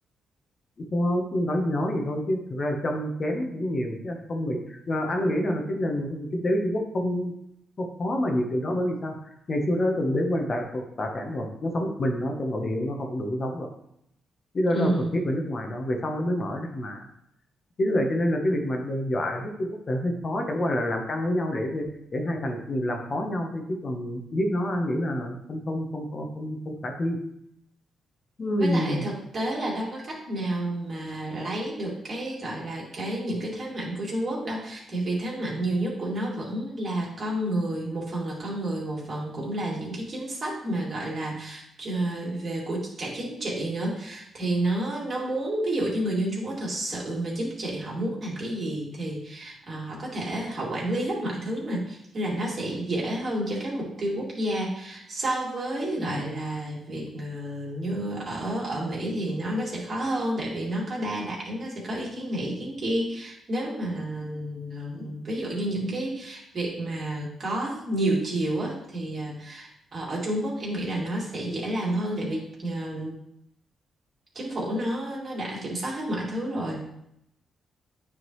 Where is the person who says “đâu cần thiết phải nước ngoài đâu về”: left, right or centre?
Left